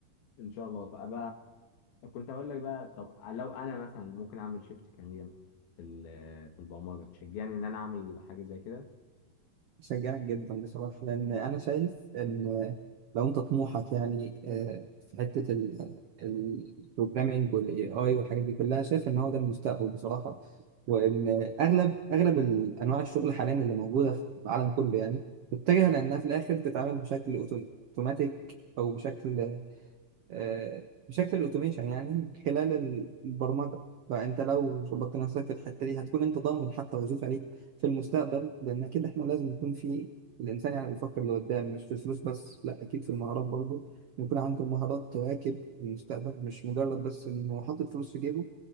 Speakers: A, on the left; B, on the right.
A: ان شاء الله فابقى كنت اقول لك بقى طب لو انا مثلا ممكن اعمل شيفت كارير في ال- في البرمجه تشجعني ان انا اعمل حاجه زي كده
B: بشجعك جدا بصراحة لأن أنا شايف إن لو أنت طموحك يعني آه، في حتة البروجرامينج والاي اي والحاجات دي كلها شايف إن هو ده المستقبل بصراحة وإن أغلب أغلب ال- أنواع الشغل حاليا اللي موجودة في العالم كله يعني متجهة لأنها في الآخر تتعامل بشكل أوتو- أوتوماتيك أو بشكل آه، بشكل الاوتوميشن يعني من خلال ال- البرمجه فانت لو ظبطت نفسك في الحته دي هتكون انت ضامن حتى وظيفه ليك في المستقبل لان كده احنا لازم يكون في الانسان يعني بيفكر لقدام مش في الفلوس بس لا اكيد في المهارات برضه يكون عنده مهارات تواكب المستقبل مش مجرد بس انه حاطط فلوس في جيبه